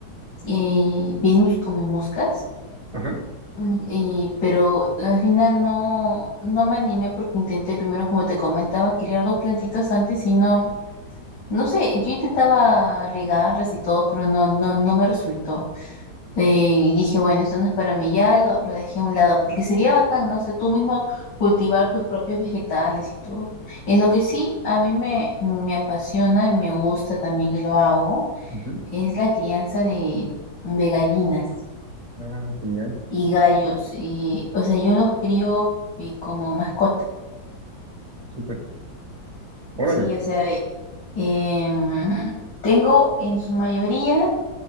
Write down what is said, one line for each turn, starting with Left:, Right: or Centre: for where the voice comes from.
Left: eh, Venus come moscas
Right: Ajá.
Left: Mm, Y, pero al final no, no me animé porque intenté primero, como te comentaba, criar dos plantitas antes y no, no sé, yo intentaba regarlas y todo, pero no, no, no me resultó. Eh, y dije, bueno, esto no es para mí, ya lo, lo dejé a un lado, porque sería bacán, ¿no? O sea, tú mismo cultivar tus propios vegetales y todo. En lo que sí a mí me, me apasiona y me gusta también y lo hago,
Right: ujú.
Left: es la crianza de, de gallinas
Right: Ah, genial.
Left: y gallos. Y, o sea, yo los crío eh, como mascota.
Right: Súper. Órale.
Left: Sí, o sea, em, tengo en su mayoría,